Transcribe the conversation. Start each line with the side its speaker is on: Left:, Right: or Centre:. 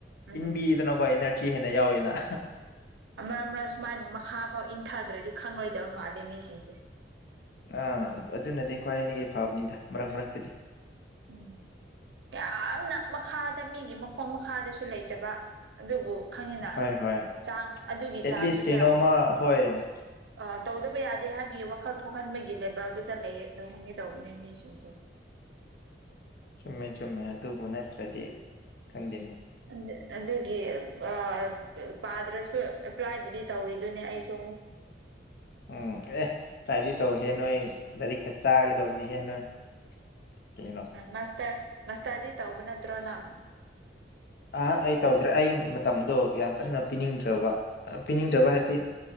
Right: ꯎꯝ
Left: ꯏꯟꯕꯤꯗꯅꯀꯣ ꯏꯅꯔꯖꯤ ꯍꯦꯟꯅ ꯌꯥꯎꯋꯦꯗꯅ
Right: ꯑꯃ ꯑꯃꯔꯛ ꯁꯨꯃꯥꯏꯅ ꯃꯈꯥ ꯐꯥꯎ ꯏꯟꯊꯗ꯭ꯔꯗꯤ ꯈꯪꯔꯣꯏꯗꯕ ꯃꯥꯜꯂꯦ ꯃꯤꯁꯤꯡꯁꯦ
Left: ꯑꯥ ꯑꯗꯨꯅꯗꯤ ꯈ꯭ꯋꯥꯏꯗꯒꯤ ꯐꯕꯅꯤꯗ ꯃꯔꯛ ꯃꯔꯛꯇꯗꯤ
Right: ꯎꯝ ꯌꯥꯝꯅ ꯃꯈꯥꯗ ꯃꯤꯒꯤ ꯃꯈꯣꯡ ꯃꯈꯥꯗꯁꯨ ꯂꯩꯇꯕ ꯑꯗꯨꯕꯨ ꯈꯪꯉꯦꯅ
Left: ꯍꯣꯏ ꯍꯣꯏ
Right: ꯆꯥꯡ ꯑꯗꯨꯒꯤ
Left: ꯑꯦꯠꯂꯤꯁ
Right: ꯆꯥꯡꯗꯨꯗ
Left: ꯀꯩꯅꯣꯝꯃ ꯍꯣꯏ
Right: ꯑꯥ ꯇꯧꯗꯕ ꯌꯥꯗꯦ ꯍꯥꯏꯕꯒꯤ ꯋꯥꯈꯜ ꯊꯣꯛꯍꯟꯕꯒꯤ ꯂꯦꯕꯦꯜꯗꯨꯗ ꯂꯩꯔ ꯂꯩꯍꯟꯒꯦ ꯇꯧꯕꯅꯦ ꯃꯤꯁꯤꯡꯁꯦ
Left: ꯆꯨꯝꯃꯦ ꯆꯨꯝꯃꯦ ꯑꯗꯨꯕꯨ ꯅꯠꯇ꯭ꯔꯗꯤ ꯈꯪꯗꯦꯅꯦ
Right: ꯑꯗ ꯑꯗꯨꯒꯤ ꯑꯥ ꯄꯥꯗ꯭ꯔꯁꯨ ꯑꯦꯄ꯭ꯂꯥꯏꯕꯨꯗꯤ ꯇꯧꯔꯤꯗꯨꯅꯤ ꯑꯩꯁꯨ
Left: ꯎꯝ ꯑꯦ ꯇꯔꯥꯏꯗꯤ ꯇꯧꯍꯦ ꯅꯣꯏ ꯂꯥꯏꯔꯤꯛꯇ ꯆꯥꯒꯗꯧꯕꯅꯤ ꯍꯦ ꯅꯣꯏ ꯀꯩꯅꯣ
Right: ꯃꯁꯇ꯭ꯔ ꯃꯁꯇ꯭ꯔꯗꯤ ꯇꯧꯕ ꯅꯠꯇ꯭ꯔꯣ ꯅꯪ
Left: ꯑꯥ ꯑꯩ ꯇꯧꯗ꯭ꯔꯦ ꯑꯩ ꯃꯇꯝꯗꯣ ꯌꯥꯝ ꯀꯟꯅ ꯄꯤꯅꯤꯡꯗ꯭ꯔꯕ ꯄꯤꯅꯤꯡꯗ꯭ꯔꯕ ꯍꯥꯏꯕꯗꯤ
Right: ꯎꯝ